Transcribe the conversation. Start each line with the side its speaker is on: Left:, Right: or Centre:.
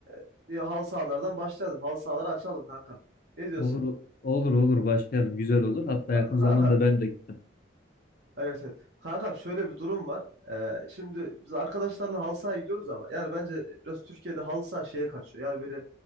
Right: e, bir halı sahalardan başlayalım. Halı sahaları açalım kankam. Ne diyorsun?
Left: Olur, olur, olur başlayalım. Güzel olur. Hatta
Right: A-
Left: yakın zamanda
Right: Kankam,
Left: ben de gittim.
Right: evet evet. Kankam şöyle bir durum var. E, şimdi biz arkadaşlarla halı sahaya gidiyoruz ama yani bence biraz Türkiye'de halı saha şeye kaçıyor. Yani böyle